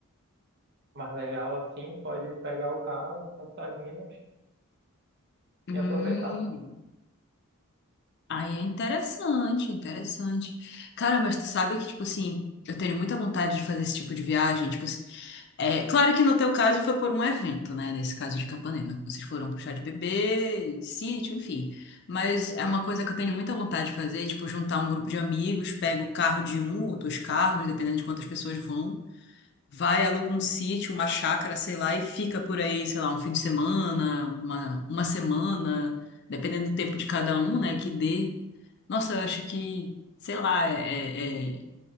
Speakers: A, on the right; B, on the left.
A: mais legal assim, pode pegar o carro ir pra Salinas
B: Hum,
A: e aproveitar.
B: aí é interessante, é interessante. Cara, mas tu sabe que, tipo assim, eu tenho muita vontade de fazer esse tipo de viagem. Tipo assim, é claro que no teu caso foi por um evento, né? Nesse caso de Capanema. Vocês foram pro chá de bebê, sítio, enfim. Mas é uma coisa que eu tenho muita vontade de fazer, tipo, juntar um grupo de amigos, pego o carro de um ou dois carros, dependendo de quantas pessoas vão vai, aluga um sítio, uma chácara, sei lá, e fica por aí, sei lá, um fim de semana, uma, uma semana, dependendo do tempo de cada um, né, que dê. Nossa, eu acho que, sei lá, é, é, é